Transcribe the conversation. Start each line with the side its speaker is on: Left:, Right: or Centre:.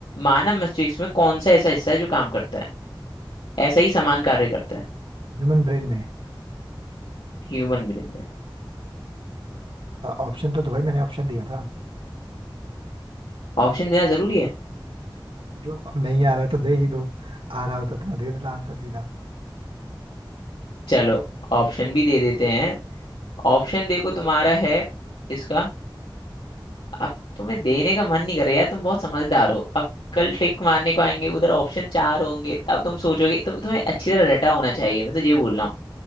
Left: मानव मस्तिष्क में कौन सा ऐसा हिस्सा है जो काम करता है ऐसा ही समान कार्य करता है
Right: ह्यूमन ब्रेन में
Left: ह्यूमन ब्रेन में
Right: ऑप्शन तो दो भाई मैंने ऑप्शन दिया था
Left: ऑप्शन देना जरूरी है
Right: मतलब अब नहीं आ रहा है तो दे ही दो आ रहा होता तो मैं दे देता आंसर सीधा
Left: चलो ऑप्शन भी दे देते हैं ऑप्शन देखो तुम्हारा है इसका अब तुम्हें देने का मन नहीं कर रहा यार तुम बहुत समझदार हो अब कल टिक मारने को आएंगे उधर ऑप्शन चार होंगे तब तुम सोचोगे तो तुम्हें अच्छी तरह रटा होना चाहिए मैं तो ये बोल रहा हूँ